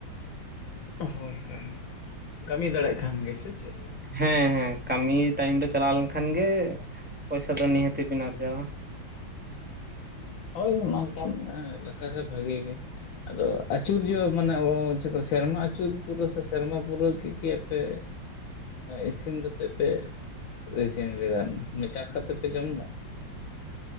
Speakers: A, on the left; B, in the centre.
A: ᱦᱳᱭ ᱦᱳᱭ ᱦᱳᱭ ᱠᱟᱹᱢᱤ ᱫᱟᱲᱮᱭᱟᱜ ᱠᱷᱟᱱ ᱜᱮ ᱥᱮ ᱪᱮᱫᱼᱼ
B: ᱦᱮᱸ ᱦᱮᱸ ᱠᱟᱹᱢᱤ ᱴᱟᱭᱤᱢ ᱨᱮ ᱪᱟᱞᱟᱣ ᱞᱮᱱᱠᱷᱟᱱ ᱜᱮ ᱯᱚᱭᱥᱟ ᱫᱚ ᱱᱤᱦᱟᱹᱛ ᱵᱤᱱ ᱟᱨᱡᱟᱣᱟ ᱾
A: ᱦᱳᱭ ᱦᱳᱭ ᱱᱚᱝᱠᱟᱱ ᱮᱞᱟᱠᱟᱨᱮ ᱵᱷᱟᱜᱤ ᱜᱮ ᱾ ᱟᱫᱚ ᱟᱹᱪᱩᱨ ᱡᱚᱦᱚᱜ ᱢᱟᱱᱮ ᱪᱮᱫ ᱥᱮᱨᱢᱟ ᱟᱹᱪᱩᱨ ᱯᱩᱨᱟᱹ ᱥᱮ ᱥᱮᱨᱢᱟ ᱯᱩᱨᱟᱹᱣ ᱠᱤ ᱠᱮ ᱟᱯᱮᱼᱼ ᱤᱥᱤᱱ ᱠᱟᱛᱮᱫ ᱯᱮ, ᱤᱥᱤᱱ ᱤᱧ ᱞᱟᱹᱭ ᱮᱫᱟ ᱪᱟᱥ ᱠᱟᱛᱮᱜ ᱯᱮ ᱡᱚᱢ ᱮᱫᱟ?